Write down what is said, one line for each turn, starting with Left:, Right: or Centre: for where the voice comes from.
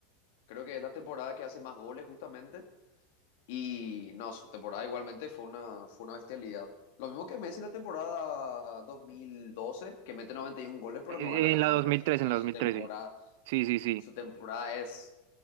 Left: creo que es la temporada que hace más goles justamente. Y no, su temporada igualmente fue una, fue una bestialidad. Lo mismo que Messi en la temporada 2012 que mete 91 goles pero
Right: Eh,
Left: no gana la
Right: En
Left: Champions.
Right: la dos mil tres
Left: O sea,
Right: en la
Left: su
Right: dos mil
Left: temporada,
Right: sí. Sí, sí, sí.
Left: su temporada es